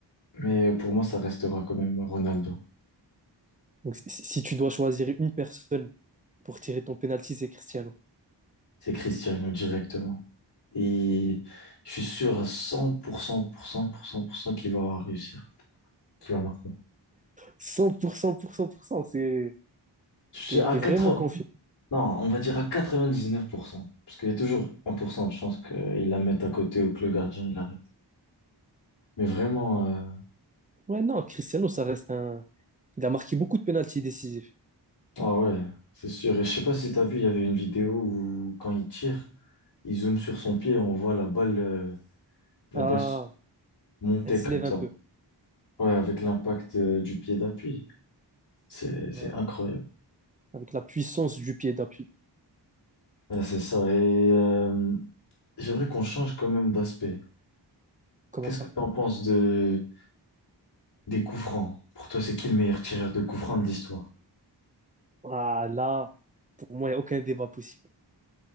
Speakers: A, on the left; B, on the right.
A: Mais pour moi, ça restera quand même Ronaldo.
B: Donc, si, si- si tu dois choisir une personne pour tirer ton penalty, c'est Cristiano.
A: C'est Cristiano directement. Et je suis sûr à cent pour cent pour cent cent pour cent, pour cent qu'il va réussir, qu'il va marquer.
B: Cent cent pour cent, pour cent pour cent, c'est...
A: Je suis
B: T'es,
A: à
B: t'es
A: 80...
B: vraiment confiant.
A: Non, on va dire à 99% Parce qu'il y a toujours un pour cent de chance qu'il la mette à côté ou que le gardien il arrête. Mais vraiment, euh,
B: Ouais, non, Cristiano, ça reste un. Il a marqué beaucoup de pénaltys décisifs.
A: ah ouais, c'est sûr. Et je sais pas si tu as vu, il y avait une vidéo où quand il tire, il zoome sur son pied et on voit la balle, euh, la
B: Ah,
A: balle monter
B: elle se
A: comme
B: lève
A: ça.
B: un peu.
A: Ouais, avec l'impact euh, du pied d'appui. C'est, c'est
B: Voilà.
A: incroyable.
B: Avec la puissance du pied d'appui.
A: Ouais, c'est ça. Et euh, j'aimerais qu'on change quand même d'aspect.
B: Comment
A: Qu'est-ce
B: ça?
A: que tu en penses de, des coups francs? Pour toi, c'est qui le meilleur tireur de coups francs de l'histoire?
B: Ah, là, pour moi, il n'y a aucun débat possible.